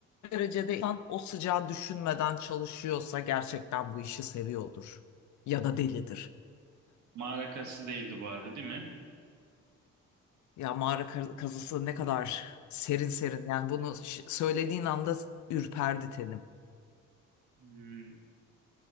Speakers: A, on the left; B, on the right.
A: derecede insan o sıcağı düşünmeden çalışıyorsa gerçekten bu işi seviyordur. Ya da delidir.
B: Mağara kazısı değildi bu arada değil mi?
A: Ya mağara kaz- kazısı ne kadar serin serin. Yani bunu ş- söylediğin anda ürperdi tenim.
B: Hmm,